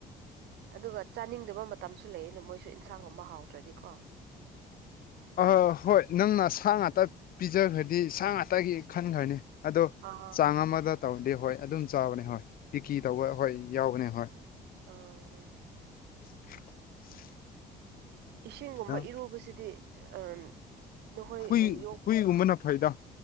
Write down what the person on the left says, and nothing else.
ꯑ ꯍꯣꯏ ꯅꯪꯅ ꯁꯥ ꯉꯥꯛꯇ ꯄꯤꯖꯈ꯭ꯔꯗꯤ ꯁꯥ ꯉꯥꯛꯇꯒꯤ ꯈꯟꯈ꯭ꯔꯅꯤ ꯑꯗꯣ
ꯆꯥꯡ ꯑꯃꯗ ꯇꯧꯔꯗꯤ ꯍꯣꯏ ꯑꯗꯨꯝ ꯆꯥꯕꯅꯦ ꯍꯣꯏ ꯄꯤꯀꯤ ꯇꯧꯕ ꯍꯣꯏ ꯌꯥꯎꯕꯅꯦ ꯍꯣꯏ
<inaudible>
ꯅꯪ
ꯍꯨꯏ
ꯍꯨꯏꯒꯨꯝꯕꯅ ꯐꯩꯗ